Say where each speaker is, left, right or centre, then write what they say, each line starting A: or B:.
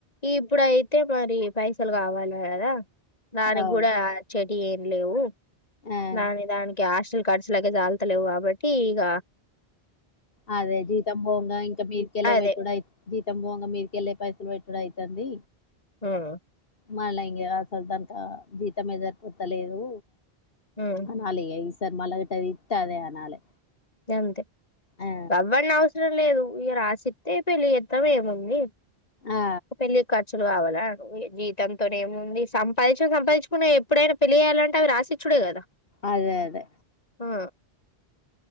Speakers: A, on the left; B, on the left.
A: ఇప్పుడుయితే అయితే మరి పైసలు కావాలి కదా దానికి
B: అవ్
A: కూడా ఇచ్చెటివీ ఏం లేవు
B: ఆ
A: దని దానికి ఆశ ఖర్చులకి లాకి చాలుతాలేవు కాబట్టి ఇగ
B: అదే జీతం భొవంగా ఇంకా మీరుకెళ్ళ
A: అదే
B: పెట్టుడుయి జీతం భొవంగా మీర్కెళ్ళలే పైసలు పెట్టు ఇప్పుడు అయితాంది
A: అవున
B: మళ్ళా ఇంగ అసలు తనక జీతమే సరిపోతలేదు
A: ఉమ్,
B: అనాలి ఇగ మళ్ళ గిట్ట ఇత్త అని అనాలే
A: అంతే
B: ఆ
A: ఎవ్వరిని అవసరం లేదు ఉ రాసిస్తే పెళ్లి చేత్తం ఏముంది
B: ఆ
A: ఒక పెళ్ళి కాట్ <unintelligible> జీతంతోనేముంది సంపాదించ సంపాదించుకునే ఎప్పుడైనా పెళ్ళి చేయాలంటే అవి రాసిచ్చుడే కదా
B: అదే అదే
A: ఓ